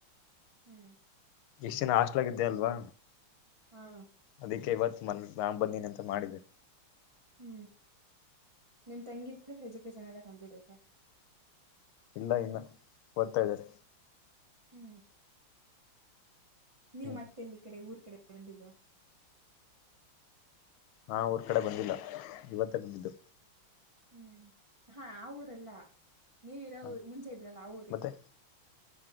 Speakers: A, on the right; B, on the left.
A: ಹೂ
B: ಎಷ್ಟ ದಿನ ಹಾಸ್ಲಾಗಿದ್ದೇ ಅಲ್ವಾ
A: ಹಾ
B: ಅದಕ್ಕೆ ಇವತ್ತು ಮ ನಾಂಬಂದನ ಅಂತ ಮಾಡಿದ್ದರಿ
A: ಹೂ ನಿಮ್ ತಂಗಿ ಎಜುಕೇಶನ್ ಎಲ್ಲ ಕಂಪ್ಲೀಟ್ ಆಯ್ತಾ
B: ಇಲ್ಲ ಇನ್ನ ಓದ್ತಾ ಇದ್ದಾರೆ
A: ಹೂ ನೀವು
B: ಹ್ಮ್
A: ಮತ್ತೆಲ್ಲಿ ಕಡೆ ಊರ್ ಕಡೆ ತಗ್ಕೊಂಡಿಲ್ವ
B: ಹಾ ಊರ್ ಕಡೆ ಬಂದಿಲ್ಲ ಇವತ್ತೇ ಬಂದಿದ್ದು
A: ಹೂ ಹಾ ಆ ಊರಲ್ಲ ನೀವು ಇರೋ
B: ಹ
A: ಊ ಮುಂಚೆ ಇದ್ರಲ್ಲ ಆ ಊಕ್ಕೆ
B: ಮತ್ತೆ